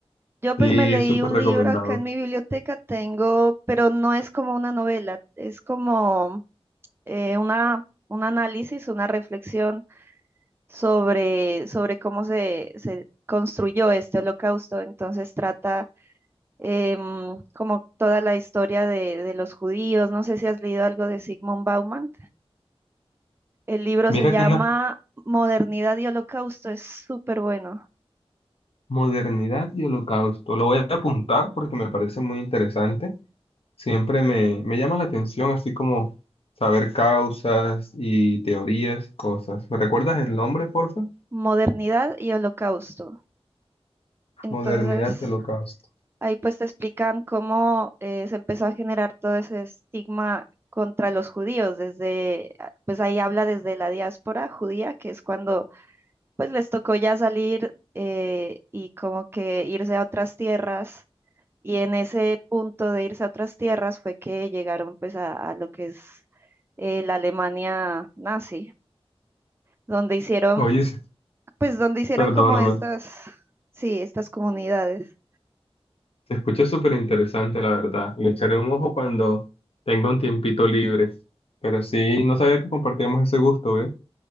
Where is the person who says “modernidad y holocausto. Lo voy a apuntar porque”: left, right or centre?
Left